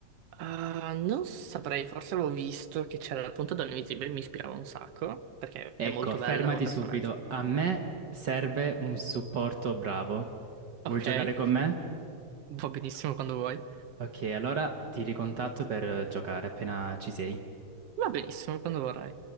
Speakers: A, on the right (about 65°); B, on the right (about 55°).
A: Ah, non saprei, forse avevo visto che c'era il punto donna invisibile, mi ispirava un sacco, perché
B: Ecco,
A: è molto
B: fermati
A: bella come personaggio.
B: subito. A me serve un supporto bravo. Vuoi
A: Ok,
B: giocare con me?
A: va benissimo quando vuoi.
B: Ok, allora ti ricontatto per eh, giocare appena ci sei.
A: Va benissimo quando vorrai.